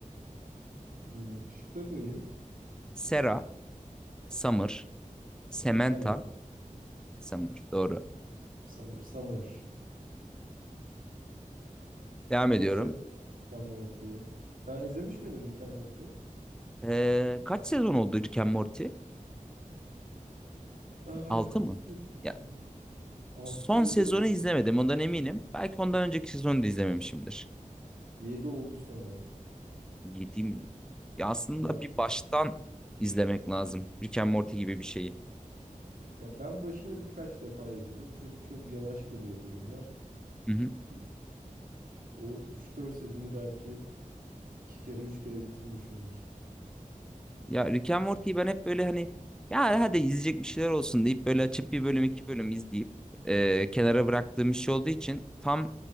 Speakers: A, on the right; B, in the centre.
A: Hmm, şıkları duyayım.
B: Sarah, Summer, Samantha
A: Summer.
B: Summer. Doğru.
A: Summer. Summer.
B: Devam
A: Çok
B: ediyorum.
A: sevdim Rick and Morty'yi. Sen izlemiş miydin Rick and Morty'yi?
B: Ee, kaç sezon oldu Rick and Morty?
A: Aa,
B: altı
A: kaç
B: mı?
A: sezon?
B: Ya
A: 6-7
B: son sezonu
A: oldu.
B: izlemedim ondan eminim. Belki ondan önceki sezonu da izlememişimdir.
A: Yedi oldu sanırım.
B: 7 mi? Ya aslında
A: Şu an.
B: bir baştan izlemek lazım. Rick and Morty gibi bir şeyi.
A: Ya ben başını birkaç defa izledim. Çünkü çok yavaş geliyor bölümler.
B: Hı hı.
A: Bir- O üç dört sezonu belki iki kere üç kere bitirmişimdir.
B: Ya Rick and Morty'yi ben hep böyle hani ya hadi izleyecek bir şeyler olsun deyip böyle açıp bir bölüm iki bölüm izleyip e, kenara bıraktığım bir şey olduğu için tam